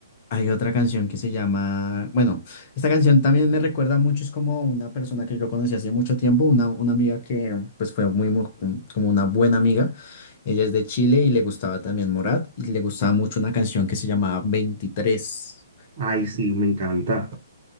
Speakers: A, on the left; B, on the right.
A: Hay otra canción que se llama, bueno, esta canción también me recuerda mucho, es como una persona que yo conocí hace mucho tiempo, una, una amiga que pues fue muy, mu- como una buena amiga, ella es de Chile y le gustaba también Morat y le gustaba mucho una canción que se llamaba 23.
B: Ay, sí, me encanta.